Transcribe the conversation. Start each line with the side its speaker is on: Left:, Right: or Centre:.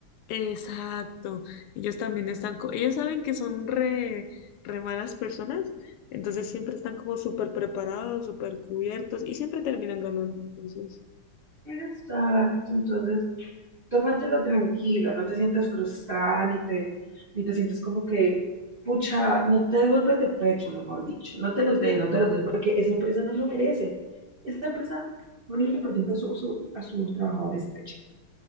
Left: Exacto. Ellos también están, co- ellos saben que son re, re malas personas, entonces siempre están como súper preparados, súper cubiertos y siempre terminan ganando. Entonces,
Right: Exacto, entonces. tómatelo tranquilo, no te sientas frustrada, ni te, ni te sientas como que, pucha, no te des golpes de pecho, mejor dicho, no te los des, no te los des, porque esa empresa no lo merece. Esa empresa lo único que perdió fue su- su- a su trabajador estrecha.